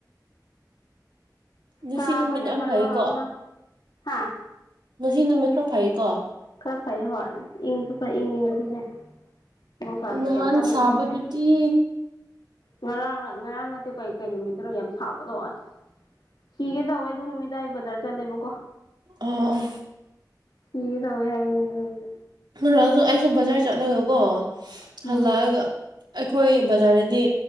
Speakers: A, on the right; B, on the left.
A: ꯉꯁꯤ
B: ꯐꯕꯅ
A: ꯅꯨꯃꯤꯠ ꯌꯥꯝ
B: ꯃꯔꯣꯜ
A: ꯐꯩꯀꯣ
B: ꯑꯃ ꯍꯥ
A: ꯉꯁꯤ ꯅꯨꯃꯤꯠ ꯈꯔ ꯐꯌꯦꯀꯣ
B: ꯈꯔ ꯐꯩꯌꯦ ꯍꯣꯏ ꯏꯪꯁꯨ ꯈꯔ ꯏꯪꯉꯤ ꯉꯁꯤꯁꯦ꯫ ꯅꯨꯡꯁꯥꯁꯨ
A: ꯅꯍꯥꯟ
B: ꯌꯥꯝ ꯀꯟꯅ
A: ꯁꯥꯕꯗꯨꯗꯤ
B: ꯊꯣꯛꯇꯦ꯫ ꯉꯔꯥꯡ ꯉꯔꯥꯡ ꯅꯠꯇꯦ ꯀꯩ ꯀꯩ ꯅꯨꯃꯤꯠꯇꯅꯣ ꯌꯥꯝ ꯁꯥꯕꯗꯣ ꯑꯁ ꯁꯤꯒꯦ ꯇꯧꯋꯦ ꯑꯗꯨ ꯅꯨꯃꯤꯗꯥ ꯑꯩ ꯕꯖꯥꯔ ꯆꯠꯂꯦꯕꯀꯣ
A: ꯑꯣ
B: ꯁꯤꯒ‌ꯦ ꯇꯧꯋ‌ꯦ ꯍꯥꯏꯕꯅꯤꯗ ꯅ‌ꯣꯏꯁ‌ꯦ
A: ꯉꯥꯡꯁꯨ ꯑꯩꯁꯨ ꯕꯖꯥꯔ ꯆꯠꯂꯒꯀꯣ
B: ꯎꯝ
A: ꯍꯜꯂꯛꯑꯒ ꯑꯩꯈꯣꯏ ꯕꯖꯥꯔꯗꯗꯤ